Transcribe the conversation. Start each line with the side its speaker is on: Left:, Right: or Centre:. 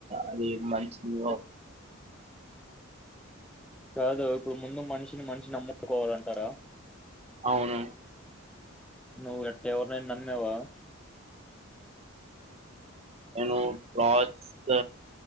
Right: అది మంచినీ
Centre: కాదు ఇప్పుడు ముందు మనిషిని మనిషి నమ్ముకోవాలంటారా
Right: అవును
Centre: నువ్ ఎట్ట ఎవరినైనా నమ్మవా
Right: నేను లాస్ట్